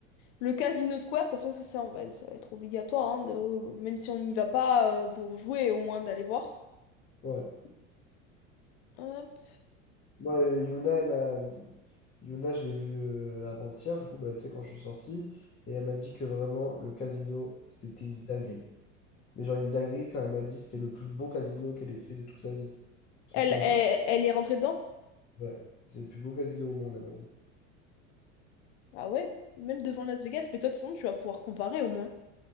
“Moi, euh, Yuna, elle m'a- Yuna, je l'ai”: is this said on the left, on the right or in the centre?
Left